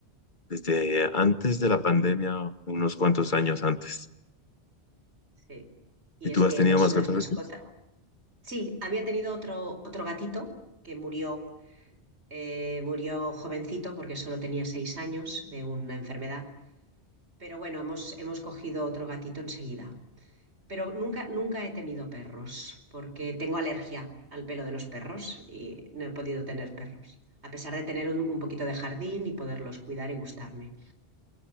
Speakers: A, on the left (about 50°); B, on the right (about 90°).
A: desde antes de la pandemia, unos cuantos años antes.
B: Sí. Y
A: ¿Y tú
B: es que
A: has tenido
B: los,
A: mascotas
B: las mascotas...
A: antes?
B: Sí, había tenido otro, otro gatito que murió, eh, murió jovencito porque solo tenía seis años de una enfermedad. Pero bueno, hemos, hemos cogido otro gatito enseguida. Pero nunca, nunca he tenido perros, porque tengo alergia al pelo de los perros y no he podido tener perros, a pesar de tener un, un poquito de jardín y poderlos cuidar y gustarme.